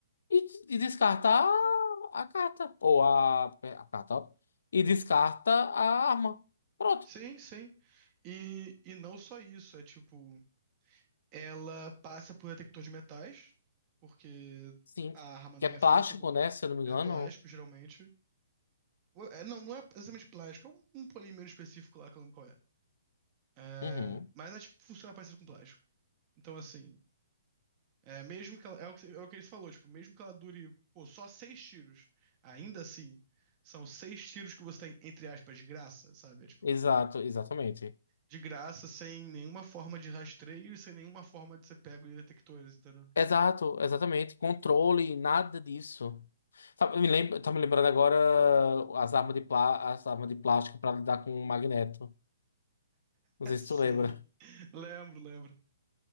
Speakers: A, on the left; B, on the right.
A: e, e descarta a, a carta, ou a, a carta, ó, e descarta a arma. Pronto.
B: Sim, sim. E, e não só isso, é tipo, ela passa por detector de metais, porque
A: Sim,
B: a arma não
A: que é plástico,
B: é feita com
A: né? Se eu não me
B: é
A: engano.
B: plástico, geralmente. É, não, não é exatamente plástico, é um, um polímero específico lá que eu não lembro qual é. É,
A: Uhum.
B: mas ela, tipo, funciona parecido com plástico. Então, assim, é, mesmo que ela, é o que, é o que ele falou, tipo, mesmo que ela dure, pô, só seis tiros, ainda assim, são seis tiros que você tem, entre aspas, de graça, sabe? É, tipo,
A: Exato, exatamente.
B: de graça, sem nenhuma forma de rastreio e sem nenhuma forma de ser pego em detectores, entendeu? <laughs>
A: Exato, exatamente. Controle, nada disso. Tá, eu me lembro, tá me lembrando agora as armas de, plá, as armas de plástico para lidar com o magneto. Não
B: É,
A: sei
B: sim.
A: se tu lembra.
B: Lembro, lembro.